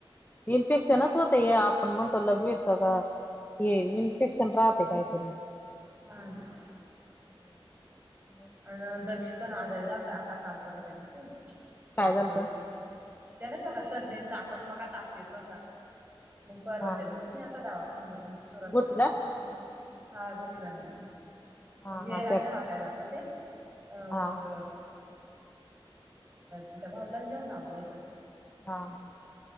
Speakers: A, on the left; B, on the right.
A: इन्फेक्शनच होत हे आपण म्हणतो लघवीच काय हे इन्फेक्शन राहते काहीतरी.
B: हम्
A: <inaudible>
B: अ दक्ष पण आजारी झालत आता कालपराच्या दिवशी दोन
A: काय
B: तीन
A: झालत
B: दिवस
A: हा
B: झाले. त्यालाच बघा सर्दीन ताप पण पका ताप येत होता मग परर्वाच्या
A: हा
B: दिवशी नेलत दवाखान्यामध्ये परवाच्या
A: गोटीला
B: तेराच्या दिशी ने लत हा गोटीला नेलता.
A: हा
B: मग हे
A: हा
B: राशन
A: त्या
B: वाटाय जात होते. अ
A: हा
B: मग
A: हा
B: तिच्या भाऊलाच घेऊन लावलं होत.
A: हा हा